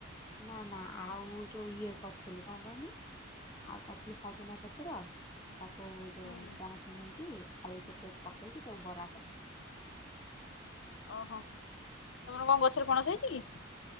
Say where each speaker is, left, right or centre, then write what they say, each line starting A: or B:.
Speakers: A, on the left (about 15°); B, on the left (about 70°).
A: ନା, ନା, ଆଉ ଯୋଉ ଇଏ କରିଥିଲି। କଣ କହନି? ଆଉ କରିଥିଲି ସଜନା ପତ୍ର, ତାକୁ ଯୋଉ
B: ହୁଁ
A: ପଣସ ମଞ୍ଜି, ଆଳୁ ଗୋଟେ ପକେଇକି ତାକୁ ବରା କରିଥିଲା।
B: ଓହୋ! ତମର କଣ ଗଛରେ ପଣସ ହେଇଛି କି?